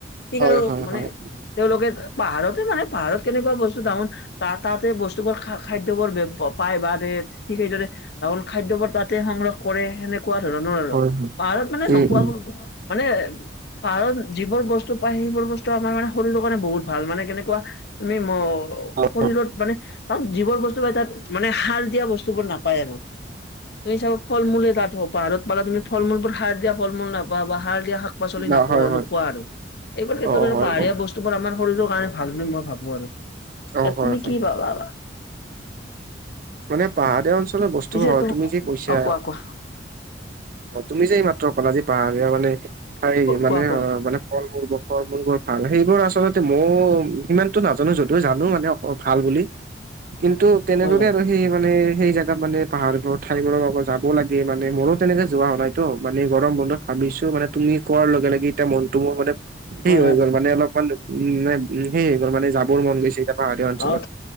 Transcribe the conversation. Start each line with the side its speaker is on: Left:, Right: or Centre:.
Left: ঠিক
Right: হয়
Left: আৰু
Right: হয় হয়
Left: মানে,
Right: হয় হয়
Left: তেওঁলোকে পাহাৰতে মানে পাহাৰত কেনেকুৱা বস্তু টাউন তা তাতে বস্তুবোৰ খা খাদ্যবোৰ বে পায় বা দে ঠিক সেইদৰে টাউন খাদ্যবোৰ তাতে সংগ্ৰহ কৰে সেনেকুৱা ধৰণৰ আৰু
Right: <unintelligible>
Left: পাহাৰত মানে
Right: উম
Left: নোপোৱাবোৰ মানে পাহাৰত যিবোৰ বস্তু পায়, সেইবোৰ বস্তু আমাৰ মানে শৰীৰৰ কাৰণে বহুত ভাল মানে কেনেকুৱা তুমি ম
Right: হয়
Left: শৰীৰত মানে তাত যিবোৰ বস্ কি কয় তাত মানে সাৰ দিয়া বস্তুবোৰ নাপায় আৰু তুমি চাব ফল-মূলে তাত হওঁক পাহাৰত পালা তুমি ফল-মূলবোৰ সাৰ দিয়া ফল-মূল নাপাবা বা সাৰ দিয়া শাক শাক পাচলি
Right: না
Left: নাপোৱা
Right: হয় হয়।
Left: নোপোৱা আৰু এইবোৰ ক্ষেত্ৰত
Right: অ
Left: ধৰ
Right: হয়
Left: পাহাৰীয়া
Right: গম
Left: বস্তু তোমাৰ আমাৰ শৰীৰৰ কাৰণে ভাল বুলি মই ভাবো আৰু
Right: অ
Left: ইয়াত
Right: হয়
Left: তুমি
Right: হয়
Left: কি পা ভাবা
Right: মানে পাহাৰীয়া অঞ্চলৰ বস্তুবোৰ
Left: পিছে
Right: হয়
Left: তুম
Right: তুমি যে কৈছা
Left: অ কোৱা কোৱা
Right: অ তুমি যে এইমাত্ৰ কলা যে পাহাৰীয়া মানে হাই মানে
Left: কোৱা কোৱা
Right: অ মানে ফল মূলবোৰৰ ফল মূলবোৰ ভাল সেইবোৰ আচলতে মও সিমানতো নাজানো যদিও জানো মানে অ অ ভাল বুলি কিন্তু তেনেকৈ
Left: হয় হয়
Right: সেই মানে সেই জাগাত মানে পাহাৰবোৰ ঠাইবোৰ লগত যাব লাগে মানে মোৰো তেনেকে যোৱা হোৱা নাই ত' মানে গৰম বন্ধত ভাবিছো মানে তুমি কোৱাৰ লগে লগে এতিয়া মনটো মোৰ মানে সেই
Left: হয়
Right: হৈ
Left: হয়
Right: গ'ল মানে অলপমান মানে উম সেই হৈ গ'ল মানে যাবৰ মন গৈছে এতিয়া পাহাৰীয়া অঞ্চলত,
Left: অ